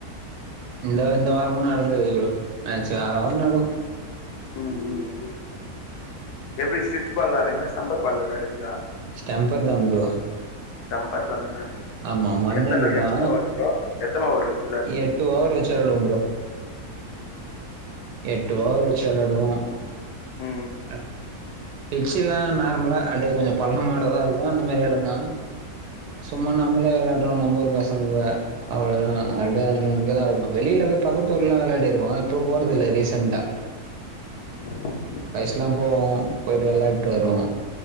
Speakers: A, on the right; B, on the left.
A: இந்த இந்த வாரமு நடந்தது ப்ரோ மேட்ச்சு வார வாரமு நடக்கு
B: ம் ம் எப்டி ஸ்டிச் பால் விளாட்றீங்ளா சம்பர் பால் விளாட்றீங்ளா
A: ஸ்டெம்பர் தா ப்ரோ
B: ஸ்டம்பர் தான
A: ஆமா மண்ணில்
B: எத்தன எத்தன
A: தா
B: ஓவர் ப்ரோ எத்தன ஓவர் வெச்சு
A: எட்டு ஓவர் வெச்சு வெளாடுவோ ப்ரோ
B: ம்
A: எட்டு ஓவர் வெச்சு வெளாடுவோ
B: ம்
A: அ பிச்சில்லா நார்மலா அப்டே கொஞ்ச பள்ள மேடா தா இருக்கு அந்த மாரி எடந்தா
B: ம்
A: சும்மா நம்மளே விளாட்றோ நம்ம ஊர் பசங்க அவ்ளோ தா அப்டியே நாங்க இங்க தா விளாடுவோ வெளில போய் பக்கத்தூர்லிலா வெளாடிருக்கோ இப்ப போறதில்ல ரீசன்ட்டா
B: ம்
A: பாய்ஸ்லா போவோ போயிட்டு வெளாடிட்டு வருவோ